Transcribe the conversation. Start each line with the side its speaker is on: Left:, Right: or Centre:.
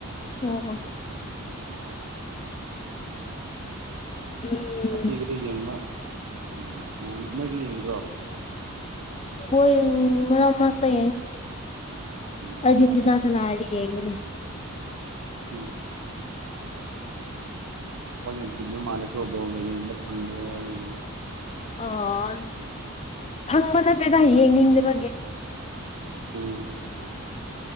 Left: ꯑꯣ ꯑꯣ
Right: <inaudible>
Left: ꯎꯝ
Right: ꯑꯥ ꯁꯤꯛꯁ ꯊꯥꯔꯇꯤꯒꯤꯗꯤ ꯌꯦꯡꯕ ꯎꯝ ꯅꯥꯏꯅꯤ ꯅꯣꯏꯗꯤ ꯌꯦꯡꯗ꯭ꯔꯣ
Left: ꯍꯣꯏ ꯃꯔꯛ ꯃꯔꯛꯇ ꯌꯦꯡꯉꯤ
Right: ꯎꯝ
Left: ꯑꯔꯖꯦꯟꯇꯤꯅꯥ ꯁꯅꯥꯔꯗꯤ ꯌꯦꯡꯒꯅꯤ
Right: ꯎꯝ ꯊꯕꯛ ꯌꯥꯝ ꯆꯤꯟꯕ ꯃꯥꯜꯂꯦꯀꯣ ꯕꯣꯜꯒ ꯌꯦꯡꯕ ꯁꯪꯗ꯭ꯔꯦ ꯍꯥꯏꯅꯤ
Left: ꯑꯣ ꯁꯪꯕ ꯅꯠꯇꯦꯗ ꯌꯦꯡꯅꯤꯡꯗꯕꯒꯤ
Right: ꯑꯥꯡ